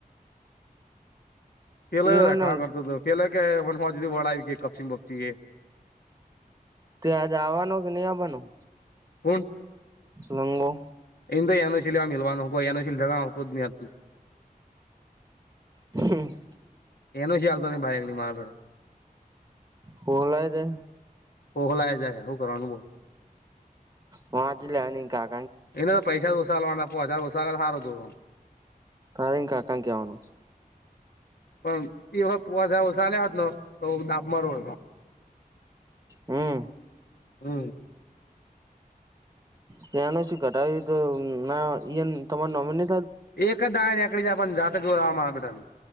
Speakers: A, on the left (about 80°); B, on the right (about 20°).
A: પેલાખાવા
B: એ ને
A: કરતો તો પેલા કે મ હ વળ આવી કપચિંગ બપચી
B: તે આજ આવવાનું કે નહી આવવાનું
A: હૂણ
B: લમબો
A: એ તો એયાનો શિલ મવાનું હોયાનોીલ જ આવતો જ નહીતું
B: હમ
A: એનો છે ચાલતા નની ભાઈગની મારેડો
B: પોહલાય દે
A: ઓહ હોલા જાય હું કરવાનું બો
B: વાજલાની કા
A: એને તો પૈસા <unintelligible> દોસાાલ વા પો હજાર ઓોસા સારો જો
B: સરેકા <unintelligible> આકાં કે આવવાનું <inaudible>
A: પણ એ વખત પુવાસા ઓછા આવ્યા હોત તો ડાબમાં ર
B: હમ
A: હમ
B: ત્યાનું શું કટાવ્યું <unintelligible> તો ના તમાર નોમીને
A: એક દિવસ નીકળી જાય જોર મારાપેટ